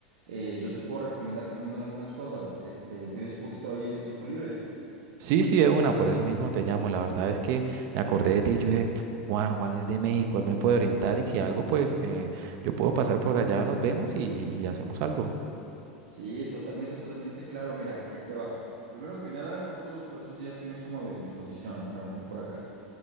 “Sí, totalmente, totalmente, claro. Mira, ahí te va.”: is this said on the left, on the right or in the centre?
Right